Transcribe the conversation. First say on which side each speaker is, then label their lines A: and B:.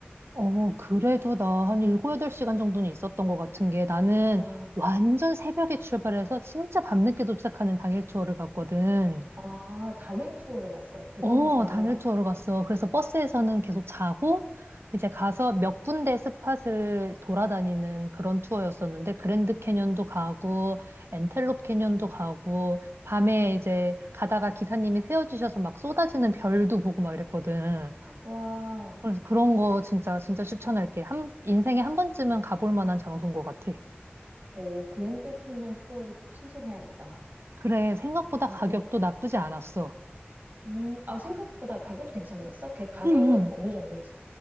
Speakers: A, on the right (about 75°); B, on the right (about 50°).
A: 어, 그래도 나 한 7, 8시간 정도는 있었던 것 같은 게 나는
B: 아,
A: 완전 새벽에 출발해서 진짜 밤늦게 도착하는 당일 투어를 갔거든.
B: 아, 당일 투어를 갔어. 대단하다.
A: 어, 당일 투어로 갔어. 그래서 버스에서는 계속 자고, 이제 가서 몇 군데 스팟을 돌아다니는 그런 투어였었는데, 그랜드 캐년도
B: 음,
A: 가고, 엔텔롭 캐년도 가고, 밤에
B: 음.
A: 이제 가다가 기사님이 세워주셔서 막 쏟아지는 별도 보고 막 이랬거든.
B: 와,
A: 그래서 그런 거 진짜, 진짜 추천할게. 한, 인생에 한 번쯤은 가볼 만한 장소인 것 같아.
B: 오, 그랜드 캐니언 투어를 꼭 신청해야겠다.
A: 그래, 생각보다
B: 아,
A: 가격도
B: 그래.
A: 나쁘지 않았어.
B: 음, 아, 생각보다 가격도 괜찮았어? 걔 가격은
A: 응, 응.
B: 어느 정도 했어?